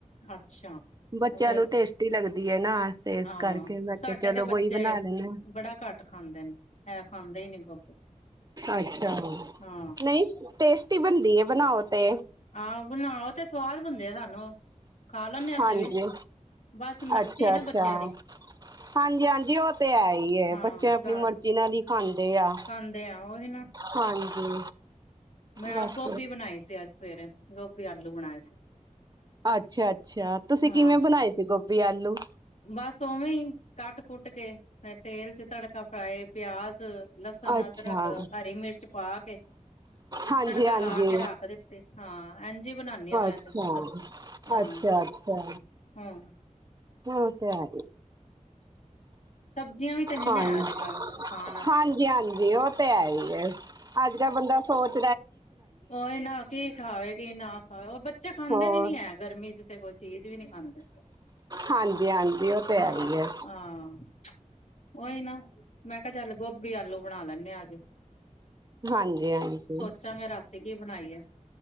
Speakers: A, on the left; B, on the right.
A: ਅੱਛਾ
B: ਬੱਚਿਆਂ
A: ਉਹ ਤੇ
B: ਨੂੰ ਟੇਸਟੀ ਲੱਗਦੀ ਹੈ ਨਾ ਤੇ ਇਸ
A: ਹਾਂ
B: ਕਰਕੇ ਮੈਂ ਕਿਹਾ
A: ਸਾਡੇ
B: ਚਲੋ
A: ਤੇ
B: ਵਹੀ
A: ਬੱਚੇ
B: ਬਣਾ ਲੈਣਾ
A: ਬੜਾ ਘੱਟ ਖਾਂਦੇ ਨੇ ਹੈ ਖਾਂਦੇ ਹੀ ਨੀ ਗੋਭੀ
B: ਅੱਛਾ
A: ਹਾਂ
B: ਨਹੀਂ ਰਟੀ ਬਣਦੀ ਬਣਾਓ ਤੇ।
A: ਆਹੋ ਬਣਾਓ ਤੇ ਸਵਾਦ ਬਣਦੇ ਆ ਸਾਨੂੰ ਖਾ ਲੈਂਦੇ ਹਾਂ ਅਸੀਂ
B: ਹਾਂਜੀ
A: ਵੀ ਬਸ ਮਰਜ਼ੀ
B: ਅੱਛਾ,
A: ਹੈ ਨਾ
B: ਅੱਛਾ--ਹਾਂਜੀ,
A: ਬੱਚਿਆਂ ਦੀ
B: ਹਾਂਜੀ ਉਹ ਤੇ ਹੈ ਹੀ
A: ਹਾਂ
B: ਬੱਚੇ ਆਪਣੀ
A: ਤਾਂ
B: ਮਰਜੀੀ ਨਾਲ ਹੀ ਖਾਂਦੇ ਆ
A: ਖਾਂਦੇ ਆ ਉਹੀ ਨਾ
B: ਹਾਂਜੀ।
A: ਮੈਂ ਆਪ
B: ਬਸ
A: ਗੋਭੀ ਬਣਾਈ ਸੀ ਅੱਜ ਸਵੇਰੇ ਗ ਵੀੀ ਆਲੂ ਬਣਾਏ ਸੀ
B: ਅੱਛਾ ਅੱਛਾ ਤੁਸੀਂ
A: ਹਾਂ
B: ਕਿਵੇਂ ਬਣਾਏ ਸੀ ਗੋਭੀ ਆਲੂ ਹੈਲੋ
A: ਬਸ ਉਵੇਂ ਕੱਟ ਕੁਟ ਕੇ ਫ ਤੇਲ ਚ ਤੜਕਾ ਫਰਾਏ ਪਿਆਜ ਲਸਣ
B: ਅੱਛਾ
A: ਅਦਰਕ ਹਰੀ ਮਿਰਚ ਪਾ ਕੇ
B: ਹਾਂਜੀ
A: ਤੜਕਾ
B: ਹਾਂਜੀ
A: ਲਾ ਕੇ ਰੱਖ ਦਿੱਤੀ ਹਾਂ ਇੰਝੀ ਬਣਾਉਦੀ ਹ
B: ਅੱਛਾ
A: ਮੈਂ ਤੇ ਸਬਜ਼ੀ ਹਾਂ
B: ਅੱਛਾ ਅੱਛਾ
A: ਹਮ
B: ਉਹ ਤੇ ਹੈ
A: ਸਬਜ਼ੀਆਂ ਵੀ ਤਾਂ ਨੀ
B: ਹਾਂਜੀ
A: ਨਾ ਅੱਜ ਕੱਲ ਖਾਣ ਵਾਸਤੇ
B: ਹਾਂਜੀ ਹਾਂਜੀ ਉਹ ਤੇ ਹੈ ਹੀ ਹੈ ਅੱਜ ਕੱਲ੍ਹ ਬੰਦਾ ਸੋਚ
A: ਉਹ ਇਹ ਨਾ ਕੀ ਖਾਵੇ ਕੀ ਨਾ ਖਾਵੇ ਉਹ ਬੱਚੇ ਖਾਂਦੇ
B: ਹੋਰ
A: ਵੀ ਨੀ ਹੈ ਗਰਮੀ ਚ ਤੇ ਕੋਈ ਚੀਜ਼ ਵੀ ਨਹੀਂੀ ਖਾਂਦੇ
B: ਹਾਂਜੀ ਹਾਂਜੀ ਉਹ ਤੇ ਹੈ
A: ਹਾਂ
B: ਹੀ ਆ
A: ਹਾਂ ਉਹੀ ਨਾ ਮੈਂ ਕਿਹਾ ਚੱਲ ਗੋਬ ਵੀ ਆਲੂ ਬਣਾ ਲੈਂੇ ਆ ਅੱਜ
B: ਹਾਂਜੀ ਹਾਂਜੀ
A: ਚਾਂਗੇ ਰਾਤੀ ਕੀ ਬਣਾਈ ਹੈ